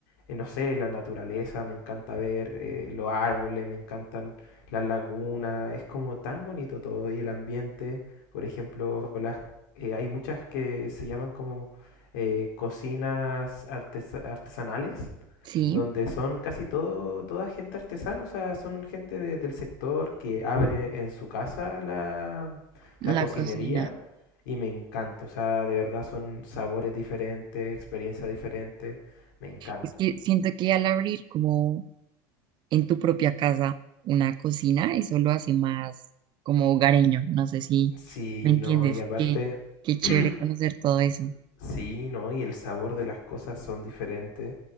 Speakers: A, on the left (about 80°); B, on the right (about 45°).
A: Eh, no sé, la naturaleza, me encanta ver eh, los árboles, me encantan las lagunas, es como tan bonito todo y el ambiente, por ejemplo, las, eh, hay muchas que se llaman como eh, cocinas artes- artesanales
B: sí,
A: donde son casi todo, toda gente artesana, o sea, son gente de- del sector que abre en su casa la,
B: la
A: la cocinería
B: cocina.
A: y me encanta, o sea, de verdad son sabores diferentes, experiencias diferentes, me encanta.
B: Es que siento que al abrir como en tu propia casa una cocina, eso lo hace más como hogareño. No sé si
A: Sí,
B: me entiendes.
A: no, y aparte,
B: Qué, qué chévere
A: <clears throat>
B: conocer todo eso.
A: sí, no, y el sabor de las cosas son diferentes